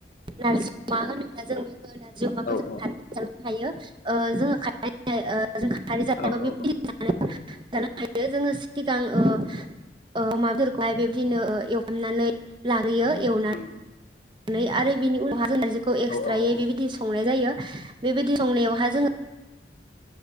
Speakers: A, on the right (about 25°); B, on the left (about 50°).
A: नारजि अ मा होनोब्ला जों बेखौ नारजि अमाखौ
B: औ
A: जोङो खारैजों जाबाय थायो जोङो <unintelligible> जों खारै
B: औ औ औ
A: <unintelligible> <unintelligible> जोङो सिगां अमा बेदफोरखौहाय बेबायदिनो एवहामनानै ल लाग्रोयो एवनानैनानै
B: नंगौ
A: आरो बिनि उनाव जों नारजिखौ एक्सट्रायै
B: औ औ औ नंगौ औ औ
A: बेबायदि संनाय जायो बेबायदि संनायावहा जोङो